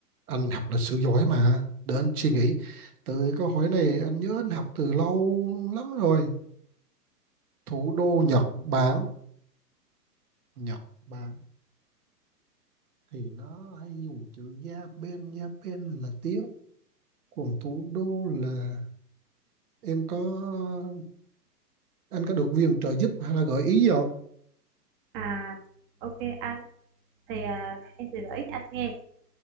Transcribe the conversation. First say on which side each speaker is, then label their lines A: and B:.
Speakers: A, on the right; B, on the right.
A: anh học lịch sử giỏi mà để anh suy nghĩ từ câu hỏi này anh nhớ anh học từ lâu lắm rồi thủ đô Nhật Bản Nhật Bản thì nó hay dùng chữ Japan Japan là tiếng còn thủ đô là em có anh có được viện trợ giúp hay là gợi ý gì không
B: À, ok anh. Thì à, em sẽ gợi ý cho anh nghe.